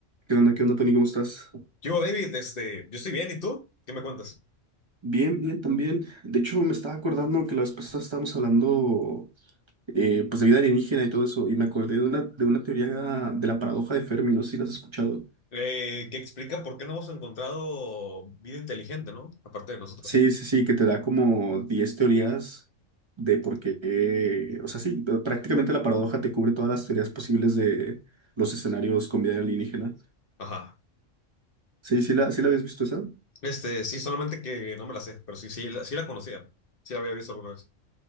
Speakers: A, on the right; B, on the left.
A: ¿Qué onda? ¿Qué onda, Tony? ¿Cómo estás?
B: ¿Qué hubo, David? Este, yo estoy bien, ¿y tú? ¿Qué me cuentas?
A: Bien, bien, también. De hecho, me estaba acordando que la vez pasada estábamos hablando eh, pues de vida alienígena y todo eso, y me acordé de una, de una teoría de la paradoja de Fermi, no sé si la has escuchado.
B: Eh, que explica por qué no hemos encontrado vida inteligente, ¿no? Aparte de nosotros.
A: Sí, sí, sí, que te da como 10 teorías de por qué, o sea, sí, prácticamente la paradoja te cubre todas las teorías posibles de los escenarios con vida alienígena.
B: Ajá.
A: Sí, sí la, sí la habías visto esa.
B: Este, sí, solamente que no me la sé, pero sí, sí, la- sí la conocía. Sí la había visto alguna vez.